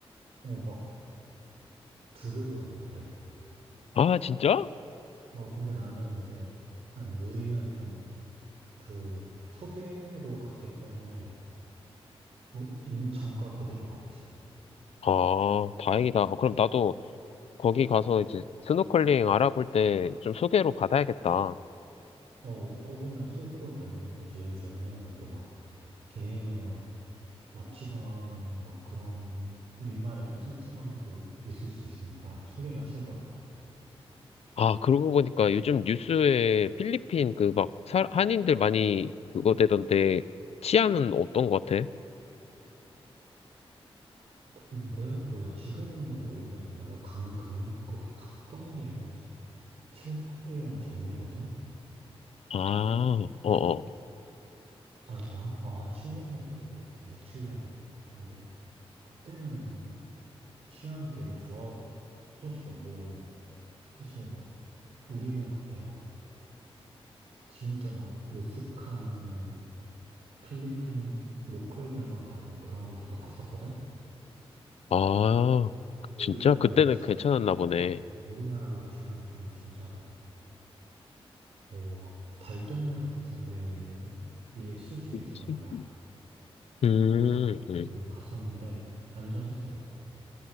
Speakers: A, on the right; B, on the left.
A: 어, 막, 두 배 부르고 그래.
B: 아, 진짜?
A: 어, 근데 나는 이제, 아니, 우리는 좀, 그, 소개로 갔기 때문에, 어, 인, 정가 그대로 갔지.
B: 아, 다행이다. 어, 그럼 나도 거기 가서 이제 스노클링 알아볼 때 좀 소개로 받아야겠다.
A: 어, 거기는 소개로 받는 게 제일 좋아. 왜냐면은 또 막, 괜히 막, 납치당한, 막 그런, 일말에 좀 찝찝함도 있을 수 있으니까, 소개가 최고야.
B: 아, 그러고 보니까 요즘 뉴스에 필리핀 그 막 한인들 많이 그거 되던데 치안은 어떤 것 같아?
A: 내가, 몰라, 지금은 모르겠는데, 내가 강, 강, 거기 갔던 게 한 7, 8년 전이거든?
B: 아, 어어.
A: 아니다. 한, 어, 한 7년 정도 됐겠다. 6, 7년 됐겠다. 근데 그때는 치안 되게 좋았었어. 뭐 사실 막 우리는 그때 막 진짜 막 으슥한 필리핀 로컬들만 가는 그런 데도 갔었거든.
B: 아, 진짜?
A: 우리나라로
B: 그때는
A: 치면
B: 괜찮았나 보네.
A: 우리나라로 치면 좀 진짜 막 어막 달동네 같은 데에 술집이
B: 그치.
A: 있었단 말이야.
B: 음,
A: 그래서 그런
B: 음.
A: 데를 갔었는데 안전했어.